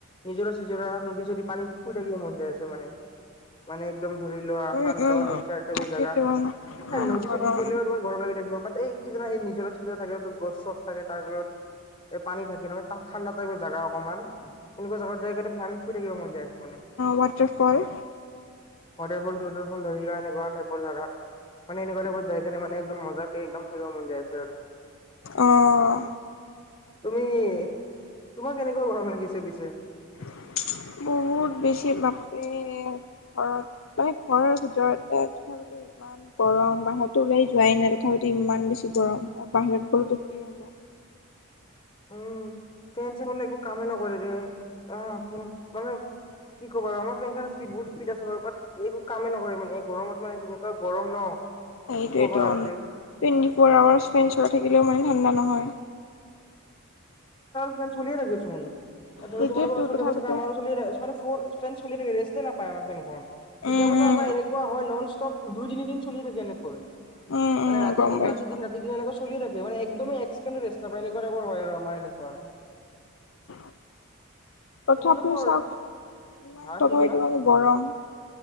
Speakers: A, on the left; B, on the left.
A: নিজৰ চিজৰা নদী চদি পানীত শুই থাকিব মন যাই আছে মানে মানে একদম ধৰি লোৱা
B: উম
A: শান্ত
B: উম
A: নিচাৰবোৰ
B: তাকেতো
A: জাগা
B: ইমান
A: এ নদী
B: গৰম
A: চদীত গ'লেও <unintelligible> লাগি থাকিব প এই কিজ এই নিজৰ চিজ থাকে যত গছ চছ থাকে তাৰ ফলত এ পানী থাকে নহয় তাত ঠাণ্ডা টাইপৰ জাগা অকমান এনেকোৱা জাগাত যায় গৈ পানীত শুই থাকিব মন যায় মানে
B: ৱাটাৰফল
A: ৱাটাৰফল ৱাটটাৰফল ধৰি লোৱা এনেকুৱা টাইপল জাগাত মানে এনেকুৱা টাইপত যায় কেনে মানে একদম মজাকে একদম থাকিব মন যাই আছে আৰু
B: অহ
A: তুমি তোমাক কেনেকুৱা গৰম লাগিছে পিছে
B: <inaudible> বহুত বেছি বাপ ঘৰত মানে ঘৰৰ ভিতৰতে থোৱাৰ ভিত ইমান গৰম বাহিৰতো উওলাই যোৱাই নাই তথাপিতো ইমান বেছি গৰম আৰু বাহিৰত গলোতো কি হ'ব <inaudible>
A: উম ফেন চেনলে একো কামেই নকৰে দেৰে অ ফেন মানে কি ক বাৰু আমাৰ ফেনখন স্পীড বহুত স্পীড আছে বাৰু বাট একো কামেই নকৰে মানে গৰমত মানে যেনেকুৱা গৰম ন
B: এইটোৱেটো
A: কি ক'বা আৰু
B: টুৱেণ্টি
A: ৰে
B: ফ'ৰ আৱাৰছ স্পেণ্ড চলাই থাকিলেও মানে ঠাণ্ডা নহয়
A: ফেন চলিয়ে থাকেচোন ছোন ধৰি
B: সেইটোৱেতো
A: তোমালোকৰ চলি
B: তথাপিতো
A: থাকে আমাৰো চলি থাকে ৰেষ্টে নাপায় আমাৰ ফেনখন কেতিয়াবাতো
B: উম উম
A: আমাৰ এনেকুৱা হয় নন ষ্টপ দুই তিনিদিন চলি থাকে এনেকৈ
B: উম উম
A: মানে ৰাতি
B: গম
A: দিন
B: পাইছো
A: ৰাতি দিন ৰাতি দিন এনেুৱা চলিয় থাকে মে একদম এককেণ্ড ৰেষ্ট নাপায় এ ৰ হয় আৰু আমাৰ এনেকুৱা আৰু
B: <inaudible> তথাপিও
A: তোমালোকৰ
B: চাওচোন ইমান
A: হা
B: তথাপিতো
A: কি ক'লা?
B: মানে গৰম